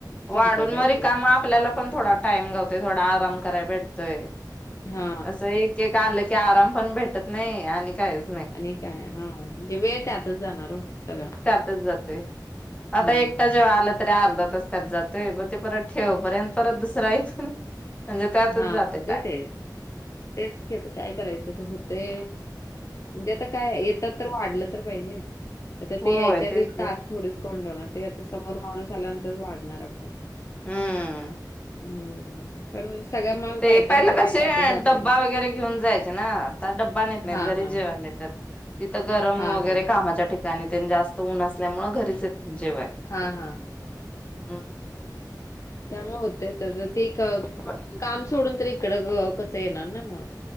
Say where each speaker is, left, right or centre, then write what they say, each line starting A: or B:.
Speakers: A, on the left (about 45°); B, on the left (about 15°).
A: संपत
B: वाढून
A: आहे
B: व्हा रिकाम
A: ते.
B: आपल्याला पण थोडा टाइम गावतोय थोडा आराम कराय भेटतोय.
A: हा
B: असं एक एक आलं की आराम पण भेटत नाही आणि कायच.
A: आणि काय हा म्हणजे वेळ त्यातच जाणार हो सगळा
B: आताच जातोय
A: हम्म
B: एकटा
A: हम्म
B: जेव्हा आलात. अर्धा तास त्यात जातोय ब ते परत ठेवपर्यंत परत दुसरा आहे पण म्हणजे त्यातच
A: हा
B: जाते
A: होते
B: टाईम.
A: ते तेच खेत काय करायचं होते? म्हणजे आता काय येतात तर वाढलं तर पाहिजे. आता ते
B: होय
A: यायच्या आधी
B: तेच की
A: ताट थोडीच करून ठेवणार ते आता समोर माणूस आल्यानंतरच वाढणार आपण
B: हम्म
A: हम्म पण सगळ्या मग
B: ते
A: बायकांचा
B: पहिलं
A: वेळ
B: कसे
A: त्यातच जातोय
B: डब्बा
A: ना.
B: वगैरे घेऊन जायचे ना तर डब्बा नेत नाहीत
A: हां,
B: घरीच
A: हां,
B: जेवाय येतात. तिथं गरम
A: हां,
B: वगैरे
A: हां,
B: कामाच्या ठिकाणी तेन जास्त ऊन असल्यामुळे घरीच येतात जेवाय
A: हा हा
B: हम्म.
A: त्यामुळे होते ते काम
B: पण
A: सोडून तर इकडं कसं येणार ना मग